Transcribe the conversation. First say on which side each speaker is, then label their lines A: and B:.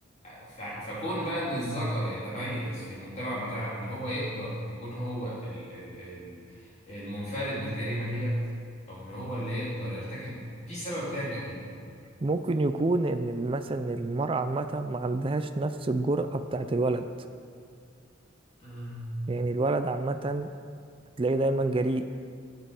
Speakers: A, on the left (about 35°); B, on the right (about 25°).
A: ف- فكون بقى ان الذكر يتميز في المجتمع بتاعنا ان هو يقدر يكون هو ال ال ال المنفرد بالجريمة ديت او ان هو اللي يقدر يرتكب في سبب تاني اكيد
B: ممكن يكون ان ال- مثلا المرأة عامة ما عندهاش نفس الجرأة بتاعت الولد
A: مم.
B: يعني الولد عامة تلاقيه دايما جريء